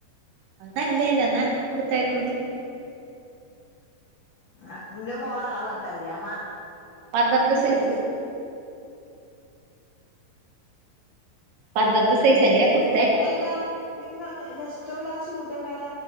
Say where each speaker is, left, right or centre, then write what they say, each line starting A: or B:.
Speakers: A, on the right (about 70°); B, on the left (about 80°).
A: <unintelligible>
B: ആഹ് ഇൻ്റെ മോളെ അളവ് അൻക്ക് അറീലേ
A: പന്ത്രണ്ട് സൈസ്
B: <unintelligible>
A: പന്ത്രണ്ട് സൈസ് എങ്ങനെ കൊടു
B: എല്ലാ. നിങ്ങ നെസ്റ്റോയിൽ ആ ഷൂന്റെ മേലെ